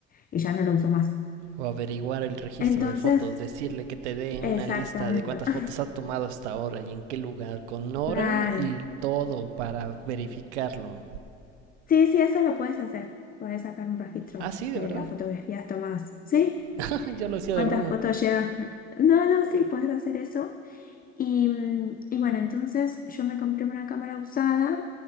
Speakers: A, on the left; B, on the right.
A: y ya no lo usó más.
B: O averiguar el registro
A: Entonces,
B: de fotos, decirle que te dé
A: exactamente,
B: una lista de cuántas
A: <laughs>
B: fotos ha tomado hasta ahora y en qué lugar, con hora
A: claro.
B: y todo para verificarlo.
A: Sí, sí, eso lo puedes hacer. Puedes sacar un registro
B: Ah, sí, de
A: de
B: verdad.
A: las fotografías tomadas. ¿Sí?
B: <laughs> Yo lo hacía
A: ¿Cuántas
B: de broma.
A: fotos llevas <laughs> No, no, sí, puedes hacer eso. Y, mm, y bueno, entonces yo me compré una cámara usada